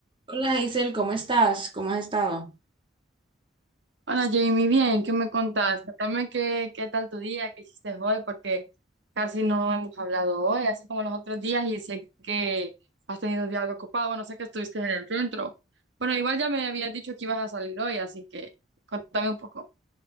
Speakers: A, on the right; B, on the right.
A: Hola Isel, ¿cómo estás? ¿Cómo has estado?
B: Hola Jamie, bien, ¿qué me contás? Contame qué, qué tal tu día, qué hiciste hoy, porque casi no hemos hablado hoy, así como los otros días, y sé que has tenido un día algo ocupado, bueno, sé que estuviste en el centro. Bueno, igual ya me habías dicho que ibas a salir hoy, así que contame un poco.